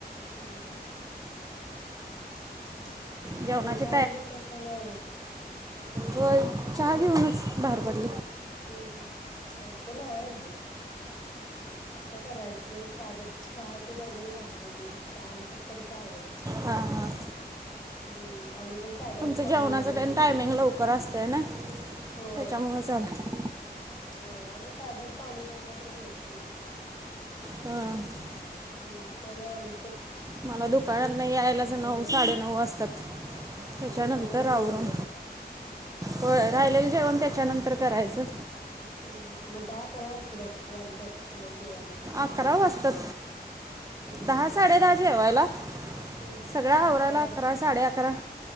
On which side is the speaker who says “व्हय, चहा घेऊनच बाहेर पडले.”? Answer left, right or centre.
Right